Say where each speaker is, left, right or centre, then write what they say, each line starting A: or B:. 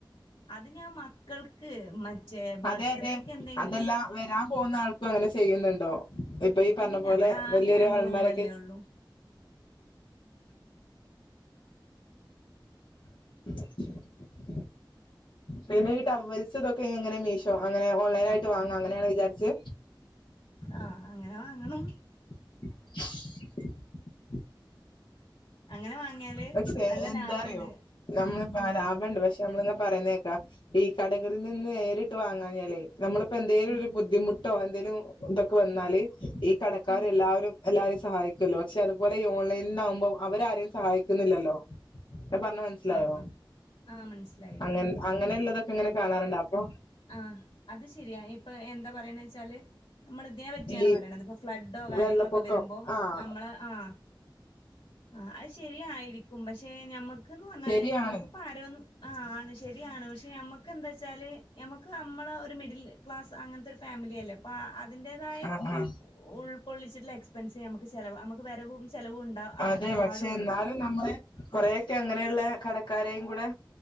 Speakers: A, on the left; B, on the left.
A: അത് ഞാൻ മറന്ന് മക്കൾക്ക് മറ്റേ ബർത്ത്ഡേക്ക്
B: അതെ അതെ
A: എന്തെങ്കിലും
B: അതല്ല വരാൻ പോകുന്ന ആൾക്കും അങ്ങനെ ചെയ്യുന്നുണ്ടോ ഇപ്പൊ ഈ പറഞ്ഞ
A: ഇല്ല
B: പോലെ
A: അവിടെ ആകെ
B: വലിയയൊരു
A: രണ്ട്
B: അലമാരക്കെച്ച്
A: റൂമല്ലേ ഉള്ളൂ
B: ശ <unintelligible> പിന്നെ ഈ ടവ്വൽസ് ഇതൊക്കെ എങ്ങനെ മീഷോ അങ്ങനെ ഓൺലൈനായിട്ട് വാങ്ങാം അങ്ങനെയാണോ വിചാരിച്ചെ
A: ആഹ് അങ്ങനെ വാങ്ങണം
B: <unintelligible>
A: അങ്ങനെ വാങ്ങിയാല്
B: പക്ഷെ
A: നല്ല
B: എന്താ
A: ലാഭമുണ്ട്
B: അറിയോ നമ്മളിപ്പോ
A: ഉം
B: ആരാ ണ്ട് പക്ഷെ നമ്മളിങ്ങനെ പറയുന്നേ കേൾക്കാം ഈ കടകളിൽ നിന്ന് നേരിട്ട് വാങ്ങാഞാല്ലേ നമ്മളിപ്പോ എന്തേലും
A: ഉം
B: ഒരു ബുദ്ധിമുട്ടോ എന്തേലും ഇതൊക്കെ വന്നാല് ഈ കടക്കാര്
A: ഉം
B: എല്ലാവരും എല്ലാരെയും സഹായിക്കല്ലോ പക്ഷേ അതുപോല ഈ ഓൺലൈനിൽ നിന്നും ആക്കുമ്പോൾ അവരാരെയും സഹായിക്കുന്നില്ലല്ലോ ഞാൻ പറഞ്ഞത് മന സിലായോ
A: ആ ആ മനസ്സിലായി
B: അങ്ങ അങ്ങനെയുള്ളതൊക്കെ ഇങ്ങനെ കാണാറുണ്ട് അപ്പൊ
A: ആഹ് അത് ശരിയാ ഇപ്പൊ എന്താ പറയാണേ വെച്ചാല് നമ്മൾ ഇതിനെ പറ്റിയാണ്
B: ഈ
A: പറയണത് ഇപ്പൊ ഫ്ലാഡോ കാര്യങ്ങളൊക്കെ
B: വെള്ളപ്പൊക്കം
A: വരുമ്പോ
B: ആഹ്
A: നമ്മള് ആഹ് ആഹ് അത് ശരിയായിരിക്കും പക്ഷെ ഞമ്മക്ക്ന്ന് പറഞ്ഞാല്
B: ശരിയാണ്
A: ഞമ്മക്കിപ്പം ആര് ആഹ് ആണ് ശരിയാണ് പക്ഷെ നമ്മക്ക് എന്താ വെച്ചാല് ഞമ്മക്ക് നമ്മളെ ഒരു മിഡിൽ ക്ലാസ് അങ്ങനത്തെ ഒരു ഫാമിലിയല്ലേ അപ്പ അതിന്റേതായ
B: ആഹ് ആഹ്
A: ഉൾക്കൊള്ളിച്ചിട്ടുള്ള എക്സ്പെൻസെ നമ്മക്ക് ചെല നമ്മക് വരവും ചെലവും ആ
B: അതെ
A: പാടുള്ളൂ
B: പക്ഷെ എന്നാലും നമ്മളെ കൊറെയൊക്കെ അങ്ങനെയുള്ള കടക്കാരെയും കൂടെ